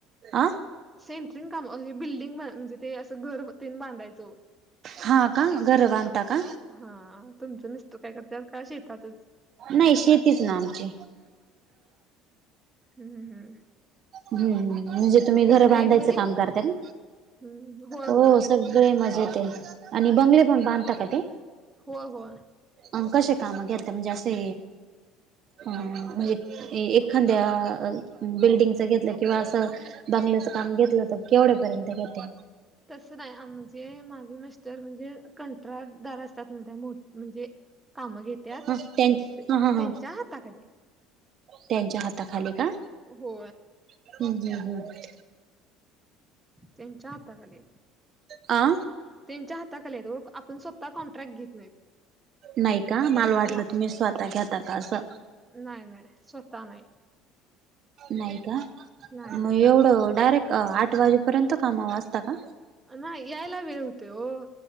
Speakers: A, on the right (about 35°); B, in the centre.
A: अ
B: सेंट्रिंग काम... अ... हे बिल्डिंग... ब, म्हणजे ते असं घर अन ते बांधायचं ओ
A: हा का घर बांधता का
B: हा... तुमचं मिस्टर काय करतात, की शेतातच?
A: नाई, शेतीच ना आमची
B: हुं.. हुं.. हुं.
A: हम्म्... म्हणजे तुम्ही घरं
B: सगळे
A: बांधायचं
B: आहेत बरे
A: काम करत्या का?
B: हम्म होय
A: हो
B: होय
A: सगळे मजेत आणि बंगले पण बांधताात का ते
B: हो हो
A: अ कसे काम घेतात म्हणजे असे हा म्हणजे एखाद्या बिल्डिंगच घेतलं किंवा असं बांंगल्याच काम घेतलं तर केवढ्यापर्यंत घेते
B: तस नाही म्हणजे माग नसत तर म्हणजे कंतट्राटदार असतात मोठ म्हणजे कामं घेत्यात
A: ह ह हा
B: च्याचा ताकले
A: त्यांच्या हाताखाली का
B: हो
A: हम्म हम् हम्
B: त्यांच्या हाताखाली
A: अ
B: त्यांच्या हाताखाली आपण स्वतः कॉन्ट्रॅक्ट घेत नाहीत
A: नाही का मला वाटलं
B: नाय.
A: तुम्ही स्वतः घेता का असं
B: नाही नाही स्वतः नाही
A: नाही का
B: नाही
A: मो
B: नाही
A: डायरेक्ट आठ वाजेपर्यंत कामा वाजता का
B: ना यायला वेळ होते हो